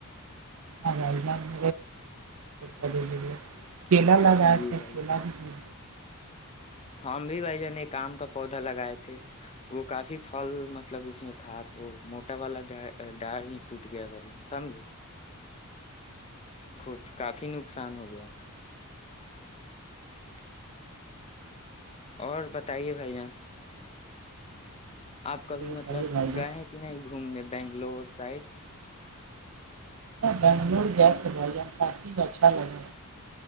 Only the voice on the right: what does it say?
ہ الان م ہے <unintelligible> کیلا لگا
کہ
کیلا بھی م
اور
بتائیے بھائی جان
بنگلور گیس سے با کافی اچھا لگتا ہے